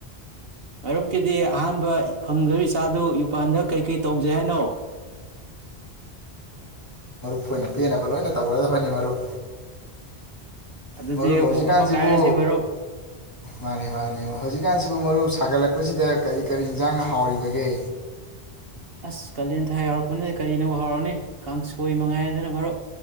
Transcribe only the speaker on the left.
ꯑꯈꯣꯏꯅ ꯄꯦꯟꯅꯕ ꯂꯣꯏꯅ ꯇꯧꯔꯗꯕꯅꯦ ꯃꯔꯨꯞ
ꯃꯔꯨꯞ
ꯍꯧꯖꯤꯛ ꯀꯥꯟꯁꯤꯕꯨ
ꯃꯥꯟꯅꯦ ꯃꯥꯟꯅꯦ ꯍꯧꯖꯤꯛ ꯀꯥꯟꯁꯤꯕꯨ ꯃꯔꯨꯞ ꯁꯥꯒꯠꯂꯛꯄꯁꯤꯗ ꯀꯔꯤ ꯀꯔꯤ ꯏꯪꯁꯥꯡꯅ ꯍꯥꯎꯔꯤꯕꯒꯦ